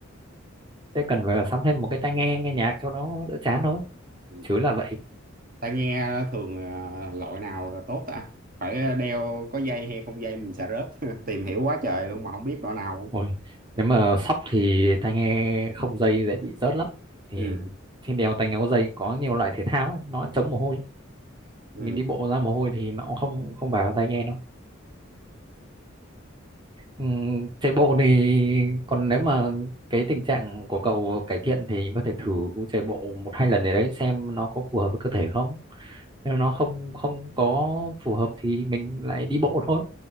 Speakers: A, on the right; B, on the right.
A: sẽ cần phải sắm thêm một cái tai nghe nghe nhạc cho nó đỡ chán thôi
B: ừ.
A: chứ là vậy
B: tai nghe thường à, loại nào là tốt ta phải đeo có dây hay không dây mình sợ rớt <laughs> tìm hiểu quá trời luôn mà không biết loại nào
A: ôi nếu mà sóc thì tai nghe không dây dễ bị rớt lắm thì
B: ừ.
A: trên đèo tai nghe có dây có nhiều loại thể thao ấy, nó chống mồ hôi
B: Ừ.
A: mình đi bộ ra mồ hôi thì nó cũng không không vào tai nghe đâu Ừ, chạy bộ thì còn nếu mà cái tình trạng của cậu cải thiện thì có thể thử chạy bộ một hai lần để đấy xem nó có phù hợp với cơ thể không nếu nó không không có phù hợp thì mình lại đi bộ thôi